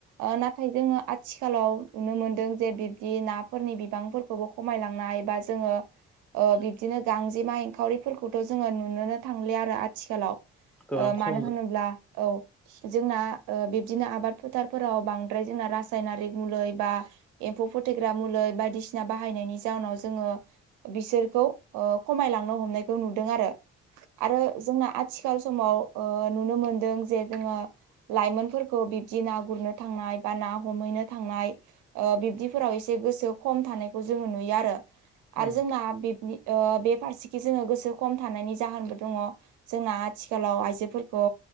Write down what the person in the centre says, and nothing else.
गोबां
खम
औ